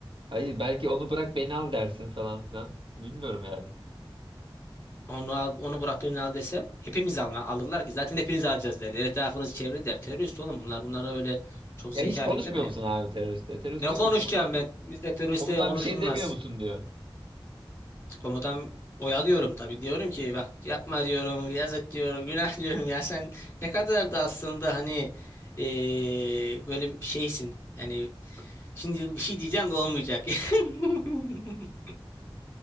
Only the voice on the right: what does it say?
hayır belki onu bırak beni al dersin falan filan. Bilmiyorum yani.
Ya
hiç konuşmuyor
musun abi teröriste Terörist
diyor
ki komutan
komutan
bir şey demiyor musun diyor.